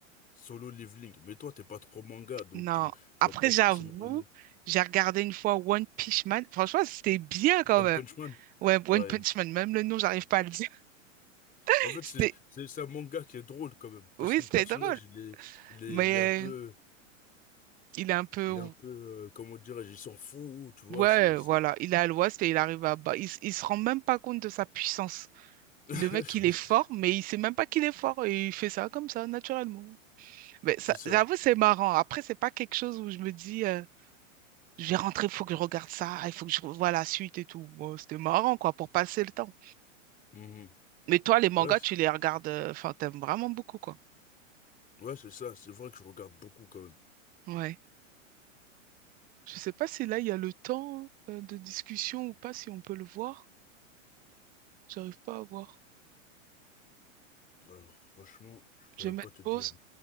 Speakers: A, on the left; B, on the right.
A: Solo Leveling. Mais toi, t'es pas trop manga, donc
B: Non.
A: tu, tu
B: Après,
A: vas pas
B: j'avoue,
A: forcément aimer.
B: j'ai regardé une fois One Punch Man. Franchement, c'était bien quand
A: One
B: même.
A: Punch Man?
B: Ouais, One
A: Ouais.
B: Punch Man, même le nom, j'arrive pas à le dire. <laughs>
A: En fait,
B: C'était,
A: c'est, c'est, c'est un manga qui est drôle quand même, parce
B: oui,
A: que
B: c'était
A: le personnage,
B: drôle.
A: il est, il est,
B: Mais
A: il est un peu,
B: euh, il est un peu,
A: il est un peu, euh, comment dirais-je, il s'en fout, tu vois,
B: ouais,
A: c'est, c'est,
B: voilà, il est à l'ouest et il arrive à bas. Il, s- il se rend même pas compte de sa puissance.
A: <laughs>
B: Le mec, il est fort, mais il sait même pas qu'il est fort et il fait ça comme ça, naturellement. Mais ça,
A: c'est ça.
B: j'avoue, c'est marrant. Après, c'est pas quelque chose où je me dis, euh, je vais rentrer, il faut que je regarde ça, il faut que je revoie la suite et tout. Bon, c'était marrant, quoi, pour passer le temps.
A: Mhm.
B: Mais toi, les mangas,
A: Ouais, c'est,
B: tu les regardes, euh, enfin, t'aimes vraiment beaucoup, quoi.
A: ouais, c'est ça, c'est vrai que je regarde beaucoup quand même.
B: Ouais. Je sais pas si là il y a le temps euh, de discussion ou pas, si on peut le voir. J'arrive pas à voir.
A: Alors, franchement, je pourrais
B: Je vais
A: pas
B: mettre
A: te dire.
B: pause.
A: hein.